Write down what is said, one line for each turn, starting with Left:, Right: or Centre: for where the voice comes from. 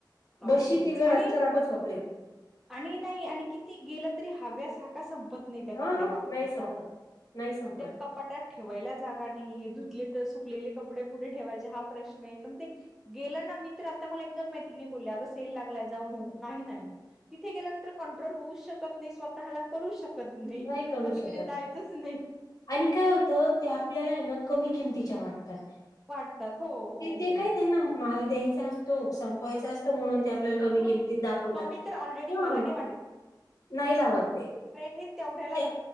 Centre: प्रॉब्लेमच
Left: बशी ती घरात
Centre: आणि
Left: खराब वाप
Centre: आणि नाही आणि किती गेलं तरी हव्यास हा का सं पत नाही त्या कपड्या
Left: हा हा
Centre: बाबतीतचा
Left: नाही संपत नाही संपत
Centre: त्या कप पाटात ठेवायला जागा नाहीे धुतले तर सुकलेले कपडे कुठे ठेवायचे हा प्रश्न आहे पण ते गेलं ना मी तर आता मला एक दोन मैत्रिणी बोलले अगं सेल लागलाय जाऊन येऊ नाही नाही. तिथे गेल्यानंतर कंट्रोल होऊ शकत नाही स्वतःला करू शकत ना कत नाय
Left: नाही करू
Centre: मग
Left: शकत
Centre: तिकडे जायचं नाही.
Left: आणि काय होतं ते आपल्याला आहे ना कमी किमतीच्या वाटतात
Centre: वाटतात हो हो
Left: ते
Centre: हो
Left: काय
Centre: हो
Left: त्यांना माल द्यायचा असतो संपवायचा असतो म्हणून त्या आपल्या
Centre: हा
Left: कमी किमतीत दाखवत
Centre: कमी
Left: हा
Centre: तर ऑलरेडी मला नाही
Left: नाही लावतं ते.
Centre: ठीक तेवढ्या
Left: त्या